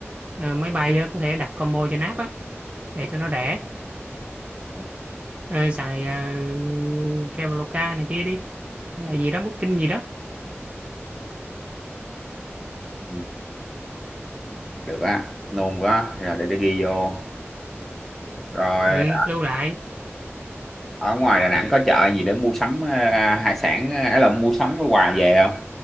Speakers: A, on the right; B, in the centre.
A: ờ, máy bay á, có thể đặt combo cho náp á để cho nó rẻ
B: Ừ,
A: Ờ, xài ờ, Traveloka này kia đi hay
B: ừ,
A: là gì đó Booking gì đó
B: ừ. được á nôn quá rồi để tôi ghi vô rồi
A: ừ, lưu lại
B: ở ngoài Đà Nẵng có chợ gì để mua sắm ờ, hải sản hay là mua sắm cái quà về không